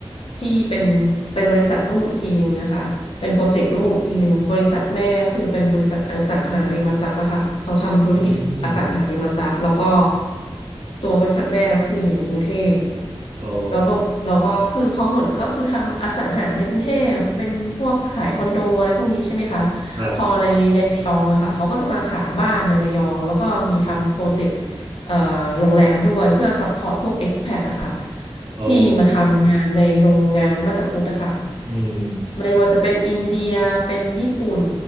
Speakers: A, on the left; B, on the right.
A: ที่เป็นเป็นบริษัทลูกอีกทีหนึ่งนะคะเป็นโปรเจกต์ลูกอีกทีหนึ่งบริษัทแม่คือเป็นบริษัทอสังหาริมทรัพย์อะค่ะเขาทำธุรกิจอสังหาริมทรัพย์แล้วก็
B: อืม
A: ตัวบริษัทแม่ก็คืออยู่ในกรุงเทพ
B: อ๋อ
A: แล้วแบบเราก็คือเขาเหมือนก็คือทำอสังหาในกรุงเทพเป็นพวกขายคอนโดอะไรพวกนี้ใช่ไหมคะ
B: ครับ
A: พอในในระยองอะค่ะเขาก็จะมาขายบ้านในระยองแล้วก็มีทำโปรเจกต์เอ่อโรงแรมด้วยเพื่อซัพพอร์ตพวก expat อะค่ะ
B: อ๋อ
A: ที่มาทำงานในโรงงานมาตาพุทธอะค่ะ
B: อืม
A: ไม่ว่าจะเป็นอินเดียเป็นญี่ปุ่น